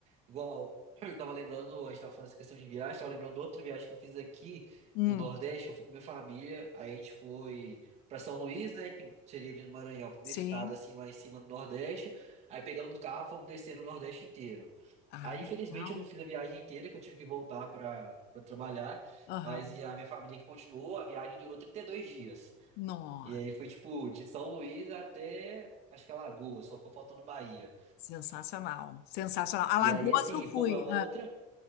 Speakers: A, on the right; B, on the left.
A: igual <clears throat> eu tava lembrando, a gente tava falando essa questão de viagem, tava lembrando de outra viagem que eu fiz aqui
B: Hum,
A: no Nordeste, eu fui com minha família, aí a gente foi pra São Luís, né, que seria ali no Maranhão, o primeiro
B: sim.
A: estado, assim, lá em cima no Nordeste, aí pegamos um carro, fomos descer no Nordeste inteiro.
B: Ah,
A: Aí,
B: legal.
A: infelizmente, eu não fiz a viagem inteira, que eu tive que voltar para trabalhar,
B: Aham.
A: mas e a minha família que continuou, a viagem durou 32 dias.
B: Nossa,
A: E aí foi, tipo, de São Luís até, acho que Alagoas, só foi faltando Bahia.
B: sensacional, sensacional. Alagoas
A: E aí, assim,
B: eu fui.
A: pô, é uma outra,